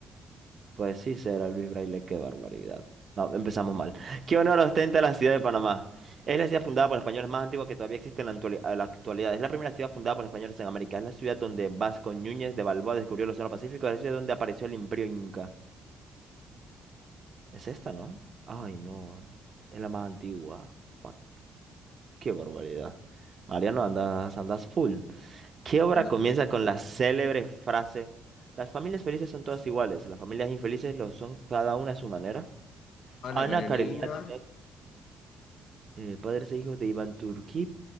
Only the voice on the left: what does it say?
Anda
a
Ana
Karenina